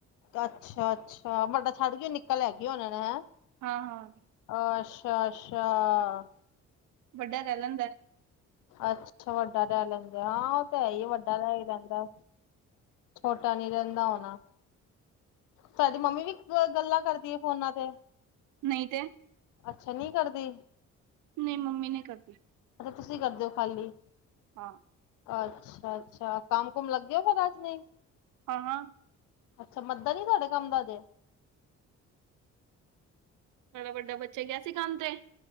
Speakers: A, on the left; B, on the right.
A: ਤੇ ਅੱਛਾ-ਅੱਛਾ ਮਡਾ ਛੱਡ ਗੀ ਏ, ਨਿੱਕਾ ਲੈ ਗੀ ਐ ਓਨਾਂ ਨੇ, ਹੈਂ।
B: ਹਾਂ-ਹਾਂ।
A: ਅੱਸ਼ਾ-ਅੱਸ਼ਾ।
B: ਵੱਡਾ ਰੈ ਲੈਂਦੈ।
A: ਅੱਛਾ ਵੱਡਾ ਰੈ ਲੈਂਦੈ। ਹਾਂ ਓ ਤੇ ਹੈ ਈ ਏ ਵੱਡਾ ਰੈ ਜਾਂਦੈ। ਛੋਟਾ ਨੀ ਰੈਂਦਾ ਹੋਨਾ? ਤੁਆਡੀ ਮੰਮੀ ਵੀ ਅ ਗੱਲਾਂ ਕਰਦੀ ਏ ਫੋਨਾਂ ਤੇ?
B: ਨਈਂ ਤੇ।
A: ਅੱਛਾ ਨੀ ਕਰਦੀ।
B: ਨਈ ਮੰਮੀ ਨੀ ਕਰਦੀ।
A: ਅੱਛਾ ਤੁਸੀਂ ਕਰਦੇ ਓ ਖਾਲੀ।
B: ਹਾਂ।
A: ਅੱਛਾ-ਅੱਛਾ। ਕੰਮ-ਕੁਮ ਲੱਗੇ ਓ ਫੇਰ ਅੱਜ ਨਈ?
B: ਹਾਂ-ਹਾਂ।
A: ਅੱਛਾ ਮੱਦਾ ਨੀ ਏ ਤੁਆਡੇ ਕੰਮ ਦਾ ਅਜੇ?
B: ਤੁਆਡਾ ਵੱਡਾ ਬੱਚਾ ਗਿਆ ਸੀ ਕੰਮ ਤੇ?